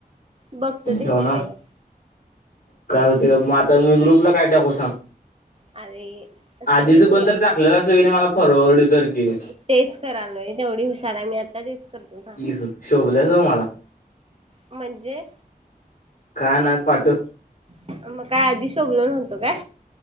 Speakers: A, on the right; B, on the left.
A: बघतो
B: फोन
A: ते
B: ठेवनार?
A: होतंय का.
B: काय होते का मग आता मी ग्रुपला काय टाकू सांग?
A: अरे थांब
B: आधीच
A: मी तुला
B: कोणतरी टाकलेलं असल किनी, मला फॉरवर्ड कर की.
A: तेच करालोय. तेवढी हुशार हाय मी. आता तेच, करतो थांब.
B: एक शोभल्यास ह मला.
A: म्हणजे?
B: काय नाय पाठ
A: मग काय आधी शोभलो नव्हतं काय?